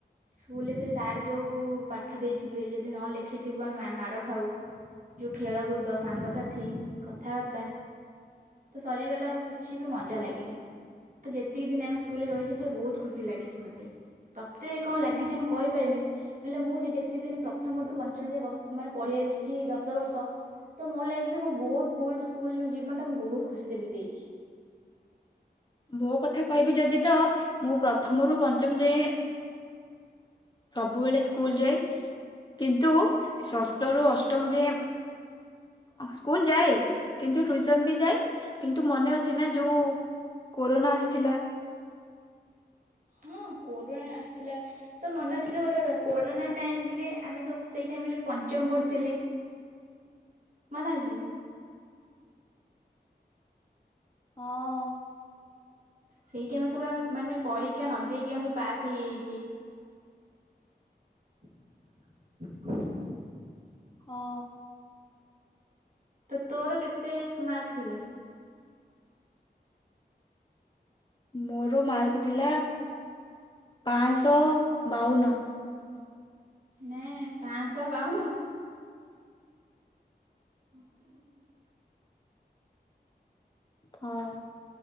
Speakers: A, on the right; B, on the left.
A: ସ୍କୁଲରେ ସେ ସାର୍ ଯୋଉ ପାଠ ଦେଇଥିବେ ଯଦି ନଲେଖ ଦେଖିଥିବୁ ଆମେ ମାଡ ଖାଉ ଯୋଉ ଖେଳକୁଦ ସାଙ୍ଗସାଥି କଥାବାର୍ତ୍ତା ତ ସରିଗଲା ଆଉ କିଛି ବି ମଜା ଲାଗେନି ତ ଯେତିକି ଦିନ ଆମେ ସ୍କୁଲରେ ରହିଛେ ତ ବହୁତ ଖୁସି ଲାଗିଛି ମତେ ତତେ କଣ ଲାଗିଛି ମୁଁ କହିପାରିବିନି ହେଲେ ମୁଁ ଯେ ଯେତିକି ଦିନ ପ୍ରଥମ ମାନେ ପଢି ଆସିଛି ଦଶ ବର୍ଷ ତ ମୋ ଲାଇଫରେ ମୁଁ ବହୁତ କୁଲ ସ୍କୁଲ ଜୀବନ ଟା ମୁଁ ବହୁତ ଖୁସିରେ ବିତେଇଛି
B: ବୋ କଥା କହିବି ଯଦି ତ ମୁଁ ପ୍ରଥମରୁ ପଞ୍ଚମ ଯାଏ ସବୁବେଳେ ସ୍କୁଲ ଯାଏ କିନ୍ତୁ ଷଷ୍ଠରୁୁ ଅଷ୍ଟମ ଯାଏଁ ସ୍କୁଲ ଯାଏ କିନ୍ତୁ ଟ୍ୟୁସନ ବି ଯାଏ କିନ୍ତୁ ମନେ ଅଛି ନା ଯୋଉ କୋନା ଆସିଥିଲା।
A: ହଁ କୋରୋନା ଆସିଥିଲା ତ ମନେ ଅଛି ତ ଗୋଟେ କୋରୋନା ଟାଇମ ରେ ଆମେ ସବୁ ସେଇ ଟାଇମ ରେ ପଞ୍ଚମ ପଢୁଥିଲେ ମନେ ଅଛି।
B: ହଁ।
A: ସେଇ ଟାଇମ ସବୁ ଆମେ ମାନେ ପରୀକ୍ଷା ନ ଦେଇେଇକି ଆ ସବୁ ପାସ୍ ହେଇଯାଇଛେ। <inaudible>
B: ହଁ।
A: ତ ତୋର କେତେ ମାର୍କ ଥିଲା।
B: ମୋର ମାର୍କୁ ଥିଲା। ପାଞ୍ଚ। ତ ବାଉନ
A: ନାଇ ପାଞ୍ଚଶହ ପାଉନ ପହଞ୍ଚାମ ପହଞ୍ଚ
B: ହଁ